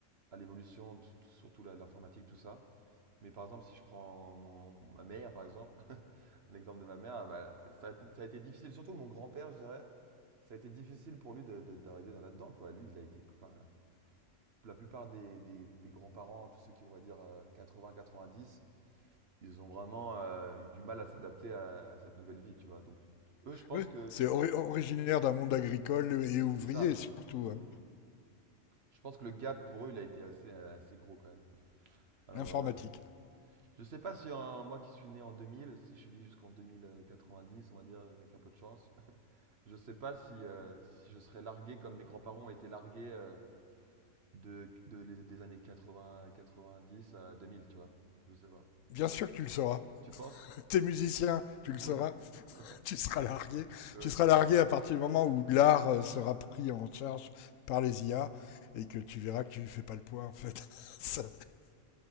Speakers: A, on the right; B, on the left.
A: à l'évolution, t- surtout la- l'informatique, tout ça. Mais par exemple, si je prends mon, ma mère, par exemple, <laughs> l'exemple de ma mère, bah, ça, a été, ça a été difficile, surtout mon grand-père, je dirais, ça a été difficile pour lui de- de- d'arriver dans là-dedans, quoi. Lui, il a été, enfin, la plupart des, des- des grands-parents, tous ceux qui, on va dire, 80-90, ils ont vraiment euh, eu du mal à s'adapter à, à cette nouvelle vie, tu vois. Donc, eux, je pense
B: Oui,
A: que
B: c'est ori- originaire d'un monde agricole et ouvrier,
A: c'est ça.
B: surtout, hein.
A: Mhm. Je pense que le gap pour eux, il a été assez, assez gros quand même. Alors,
B: l'informatique.
A: euh, je sais pas si euh, moi qui suis né en 2000, si je vis jusqu'en 2090, on va dire, avec un peu de chance, Je sais pas si, euh, si je serais largué comme mes grands-parents ont été largués euh, de, de les- des années 80, 90 à 2000, tu vois. Je sais pas.
B: Bien sûr que tu le sauras.
A: Tu penses?
B: T'es musicien, tu
A: <laughs>
B: le sauras.
A: Ouais,
B: tu seras largué.
A: ouais,
B: Tu seras
A: c'est
B: largué
A: vrai.
B: à partir du moment où l'art euh, sera pris en charge par les IA et que tu verras que tu fais pas le poids en fait. <laughs> Ça,